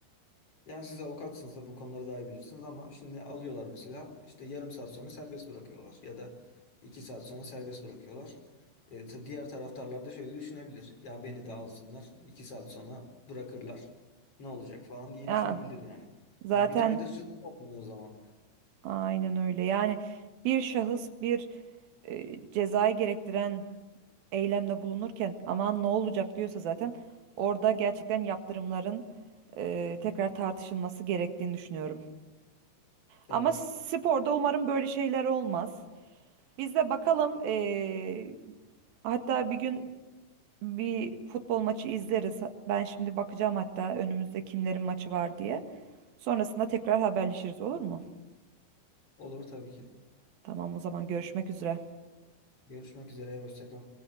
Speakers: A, on the left (about 30°); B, on the right (about 60°).
A: Yani siz avukatsınız da bu konuları daha iyi bilirsiniz ama şimdi alıyorlar mesela işte yarım saat sonra serbest bırakıyorlar ya da iki saat sonra serbest bırakıyorlar. E, ta- diğer taraftarlar da şöyle düşünebilir. Ya beni de alsınlar iki saat sonra bırakırlar ne olacak falan diye
B: Ya,
A: düşünebilir yani.
B: zaten
A: Yani bir caydırıcılık olmuyor o zaman.
B: Aynen öyle. Yani bir şahıs bir e, cezayı gerektiren eylemde bulunurken aman ne olacak diyorsa zaten orada gerçekten yaptırımların e, tekrar tartışılması gerektiğini düşünüyorum.
A: Evet
B: Ama sporda umarım böyle şeyler olmaz. Biz de bakalım e, hatta bir gün bir futbol maçı izleriz. Ben şimdi bakacağım hatta önümüzde kimlerin maçı var diye. Sonrasında tekrar haberleşiriz olur mu?
A: olur tabii ki.
B: Tamam o zaman görüşmek üzere.
A: Görüşmek üzere hoşça kal.